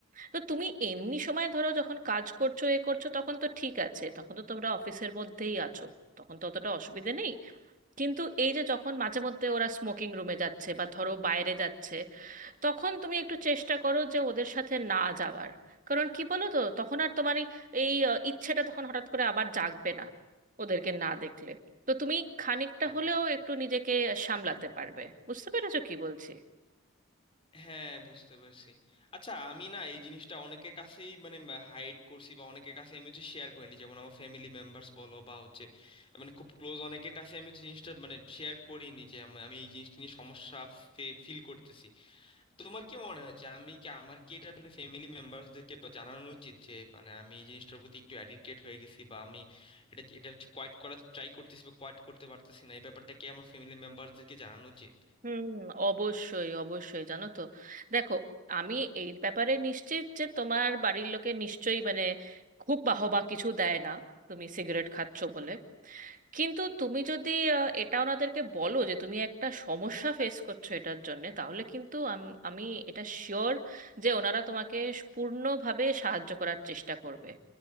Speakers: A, on the right; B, on the left.
A: তো তুমি এমনি সময় ধরো যখন কাজ করছো এ করছো তখন তো ঠিক আছে তখন তো তোমরা অফিসের মধ্যেই আছো তখন তো অতটা অসুবিধে নেই কিন্তু এই যে যখন মাঝে মধ্যে ওরা স্মোকিং রুমে যাচ্ছে বা ধরো বাইরে যাচ্ছে তখন তুমি একটু চেষ্টা করো যে ওদের সাথে না যাওয়ার কারণ কি বলো তো তখন আর তোমার এই এই, আহ, ইচ্ছেটা তখন হঠাৎ করে আবার জাগবে না ওদেরকে না দেখলে তো তুমি খানিকটা
B: হ্যাঁ
A: হলেও একটু নিজেকে সামলাতে পারবে বুঝতে পেরেছো কি বলছি
B: হ্যাঁ বুঝতে পারছি আচ্ছা আমি না এই জিনিসটা অনেকের কাছেই মানে হাইড করছি বা অনেকের কাছে আমি হচ্ছে শেয়ার করিনি যেমন আমার ফ্যামিলি মেম্বার্স বলো বা হচ্ছে মানে খুব ক্লোজ অনেকের কাছে আমি হচ্ছে জিনিসটা মানে শেয়ার করিনি যে আমি আমি এই জিনিসটা নিয়ে সমস্যা ফিল করতেছি তোমার কি মনে হয় যে আমি কি আমার কি এটা মানে ফ্যামিলি মেম্বারসদেরকে জানানো উচিত যে মানে আমি এই জিনিসটার প্রতি একটু অ্যাডিক্টেড হয়ে গেছি বা আমি এটা এটা কোয়াইট করার ট্রাই করতেছি বা কোয়াইট করতে পারতেছি না এই ব্যাপারটা কি আমার ফ্যামিলি মেম্বারসদেরকে জানানো উচিত
A: হুম অবশ্যই অবশ্যই জানো তো দেখো আমি এই ব্যাপারে নিশ্চিত যে তোমার বাড়ির লোকে নিশ্চয়ই মানে খুব বাহবা কিছু দেয় না তুমি সিগারেট খাচ্ছো বলে কিন্তু তুমি যদি আহ, এটা ওনাদেরকে বলো যে তুমি একটা সমস্যা ফেস করছো এটার জন্যে তাহলে কিন্তু আম- আমি এটা শিওর যে ওনারা তোমাকে পূর্ণভাবে সাহায্য করার চেষ্টা করবে